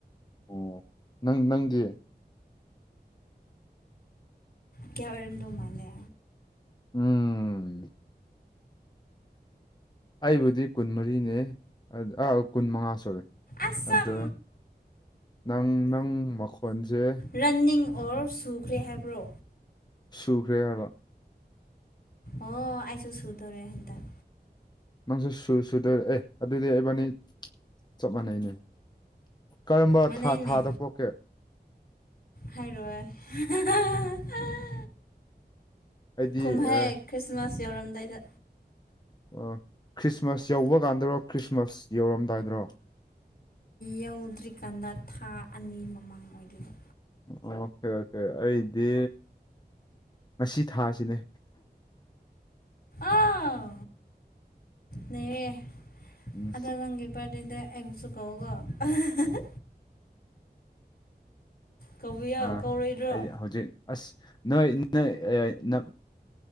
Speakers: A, on the left; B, on the left.
A: ꯑꯣ ꯅꯪ ꯅꯪꯒꯤ
B: ꯀꯌꯥ ꯑꯣꯏꯔꯝꯗꯣ ꯃꯥꯜꯂꯦ
A: ꯎꯝ ꯑꯩꯕꯨꯗꯤ ꯀꯨꯟꯃꯔꯤꯅꯦ ꯑꯥ ꯀꯨꯟꯃꯉꯥ ꯁꯨꯔꯦ
B: ꯑꯁꯝ
A: ꯑꯗꯣ ꯅꯪ ꯅꯪ ꯃꯈꯣꯟꯁꯦ
B: ꯔꯟꯅꯤꯡ ꯑꯣꯔ ꯁꯨꯈ꯭ꯔꯦ ꯍꯥꯏꯕ꯭ꯔꯣ
A: ꯁꯨꯈ꯭ꯔꯦ ꯍꯥꯏꯕ
B: ꯑꯣ ꯑꯩꯥꯏꯁꯨ ꯁꯨꯗꯣꯔꯦ ꯍꯟꯗꯛ
A: ꯅꯪꯁꯨ ꯁꯨ ꯁꯨꯗꯔꯦ ꯑꯦ ꯑꯗꯨꯗꯤ ꯑꯩꯕꯥꯅꯤ ꯆꯞ ꯃꯥꯟꯅꯩꯅꯦ ꯀꯔꯝꯕ
B: ꯃꯥꯟꯅꯩꯅꯦ
A: ꯊꯥ ꯊꯥꯗ ꯄꯣꯛꯀꯦ
B: ꯍꯥꯏꯔꯣꯏ ꯍꯥ ꯍꯥ ꯍꯥ ꯍꯥ
A: ꯑꯩꯗꯤ
B: ꯀꯨꯝꯍꯩ
A: ꯑꯦ
B: ꯈ꯭ꯔꯤꯁꯃꯥꯁ ꯌꯧꯔꯝꯗꯥꯏꯗ
A: ꯑꯥ ꯈ꯭ꯔꯤꯁꯃꯥꯁ ꯌꯧꯕ ꯀꯥꯟꯗꯔꯣ ꯈ꯭ꯔꯤꯁꯃꯥꯁ ꯌꯧꯔꯝꯗꯥꯏꯗ꯭ꯔꯣ
B: ꯌꯧꯗ꯭ꯔꯤꯀꯥꯟꯗ ꯊꯥ ꯑꯅꯤ ꯃꯃꯥꯡ ꯑꯣꯏꯗꯣꯏꯕ
A: ꯑꯣꯀꯦ ꯑꯣꯀꯦ ꯑꯩꯗꯤ ꯉꯁꯤ ꯊꯥꯁꯤꯅꯦ
B: ꯑꯥꯎ ꯅꯩꯔꯦ
A: ꯎꯝ
B: ꯑꯗꯣ ꯅꯪꯒꯤ ꯕꯔꯗꯦꯗ ꯑꯩꯕꯨꯁꯨ ꯀꯧꯀꯣ ꯑꯍꯥ ꯍꯥ ꯍꯥ ꯀꯧꯕꯤꯌꯣ
A: ꯑꯥ
B: ꯀꯧꯔꯣꯏꯗ꯭ꯔꯣ
A: ꯑꯩꯗꯤ ꯍꯧꯖꯤꯛ ꯑꯁ ꯅꯣꯏ ꯅꯣꯏ ꯑꯥ ꯅꯝ